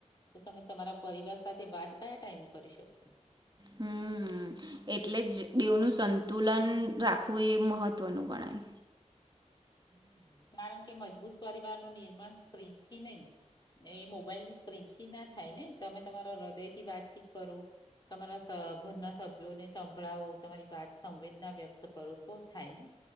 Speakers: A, on the left; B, on the right.
A: તો તમે તમારા પરિવાર સાથે વાત કયા ટાઈમે કરી શકશો.
B: હમ. એટલે જ દેવનું સંતુલન રાખવું એ મહત્ત્વનું ગણાય.
A: હમ.. કારણ કે મજબૂત પરિવાર નું નિર્માણ સ્ક્રીન થી નહી એ મોબાઈલ ની સ્ક્રીન થી ના થાય ને. તમે તમારા હૃદયથી વાત કરો તમારા ઘરના સભ્યોને સંભળાવો તમારી વાત સંવેદના વ્યક્ત કરો તો થાય ને.